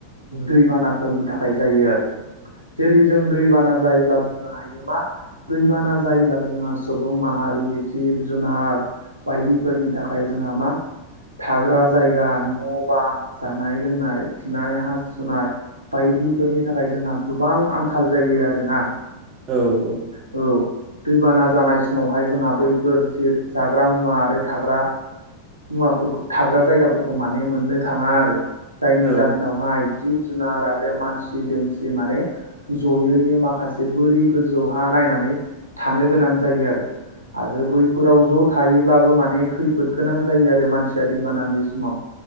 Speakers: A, on the right (about 85°); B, on the right (about 20°).
A: दैबानाफोरनि थाखाय जायो आरो। जेरै जों दैबाना जायोब्ला बुंनो हायो मा दैबाना जायोब्ला जोंहा सुबुं माहारि जिब जुनार बायदिफोरनि थाखाय जोंहा मा थाग्रा जायगा न' बां जानाय लोंनाय खिनाय हासुनाय बायदिफोरनि थाखाय जोंहा गोबां आंखाल जायो आरोना।
B: औ औ
A: औ दैबाना जानाय समावहाय जोंहा बैफोर जेर जाग्रा मुवा आरो थाग्रा मुवाफोरखौ थाग्रा जायगाफोरखौ माने मोननो थांङा आरो जायनि
B: औ
A: जाहोनाव हाय जिब जुनार आरो मानसि दोमसि माने ज'यैनो माखासे बोरि गोजौ हा नायनानै थानो गोनां जायो आरो आरो बै फोराव ज' थायोब्लाबो माने खैफोद गोनां जायो आरो मानसिया दैबानानि समाव